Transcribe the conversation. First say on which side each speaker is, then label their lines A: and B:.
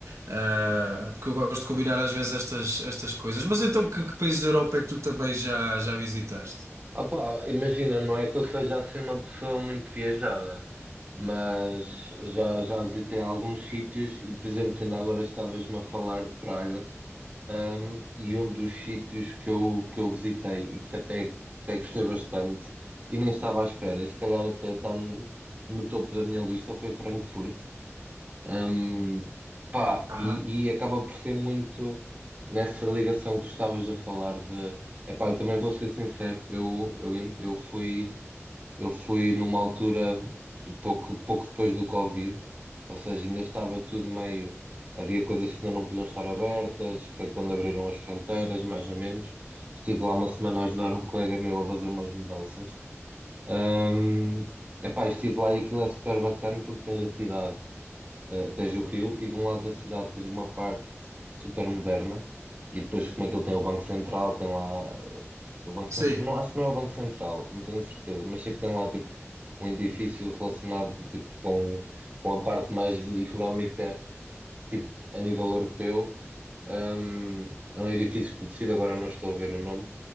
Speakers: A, on the right; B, on the right.
A: uh, porque eu gosto de combinar às vezes estas, estas coisas. Mas então, que, que países da Europa é que tu também já, já visitaste?
B: Ah, pá, imagina, não é que eu seja assim uma pessoa muito viajada, mas já, já visitei alguns sítios e, por exemplo, ainda agora estavas-me a falar de Praga. Um, e um dos sítios que eu, que eu visitei e que até, até gostei bastante e nem estava à espera, e se calhar até está no, no topo da minha lista, foi Frankfurt. Um, pá,
A: Ah,
B: e, e acaba por ser muito nessa ligação que tu estavas a falar de... Epá, eu também vou ser sincero, eu, eu, eu fui. Eu fui numa altura pouco, pouco depois do Covid, ou seja, ainda estava tudo meio. Havia coisas que ainda não podiam estar abertas, foi quando abriram as fronteiras, mais ou menos. Estive lá uma semana a ajudar um colega meu a fazer umas mudanças. Ahm, epá, estive lá e aquilo é super bacana porque tens a cidade, eh, tens o rio e de um lado da cidade tens uma parte super moderna e depois como aquilo tem o Banco Central, tem lá do Banco
A: sim.
B: Central. Não, acho que não é o Banco Central, não tenho a certeza, mas sei que tem lá tipo um edifício relacionado tipo, com, com a parte mais económica, tipo a nível europeu. Um, é um edifício conhecido, agora não estou a ver o nome.